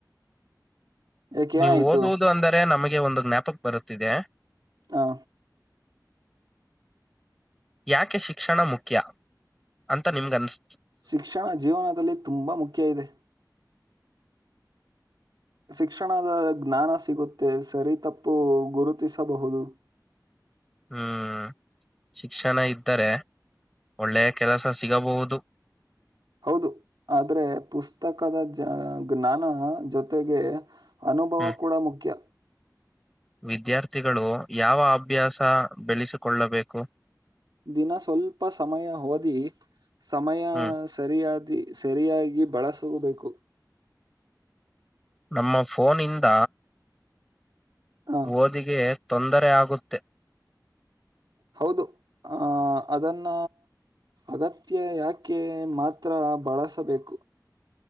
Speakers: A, on the right (about 80°); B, in the centre.
A: ಯಾಕೆ
B: ನೀವು
A: ಏನಾಯ್ತು
B: ಓದುವುದು ಅಂದರೆ ನಮಗೆ ಒಂದು ಜ್ಞಾಪಕ್ ಬರುತ್ತಿದೆ
A: ಹಾ.
B: ಯಾಕೆ ಶಿಕ್ಷಣ ಮುಖ್ಯ ಅಂತ ನಿಮ್ಗ ಅನ್ಸ್ತ.
A: ಶಿಕ್ಷಣ ಜೀವನದಲ್ಲಿ ತುಂಬಾ ಮುಖ್ಯ ಇದೆ. ಶಿಕ್ಷಣದ ಜ್ಞಾನ ಸಿಗುತ್ತೆ ಸರಿತಪ್ಪು ಗುರುತಿಸಬಹುದು. ನೇಏ.
B: ಹ್ಮ್. ಶಿಕ್ಷಣ ಇದ್ದರೆ ಒಳ್ಳೆಯ ಕೆಲಸ ಸಿಗಬಹುದು.
A: ಹೌದು ಆದ್ರೆ ಪುಸ್ತಕದ ಜ ಜ್ಞಾನ ಜೊತೆಗೆ. ಅನುಭವ
B: ಹ್ಮ್
A: ಕೂಡ ಮುಖ್ಯ.
B: ವಿದ್ಯಾರ್ಥಿಗಳು ಯಾವ ಅಭ್ಯಾಸ ಬೆಳೆಸಿಕೊಳ್ಳಬೇಕು.
A: ದಿನ ಸ್ವಲ್ಪ ಸಮಯ ಓದಿ ಸಮಯ
B: ಹ್ಮ್
A: ಸರಿಯಾದ. ಸರಿಯಾಗಿ ಬಳಸಗಬೇಕು.
B: ನಮ್ಮ ಫೋನಿಂದ.
A: ಆ,
B: ಓದಿಗೆ ತೊಂದರೆ ಆಗುತ್ತೆ.
A: ಹೌದು ಆ ಅದನ್ನ. ಅಗತ್ಯ ಯಾಕೆ ಮಾತ್ರ ಬಳಸಬೇಕು.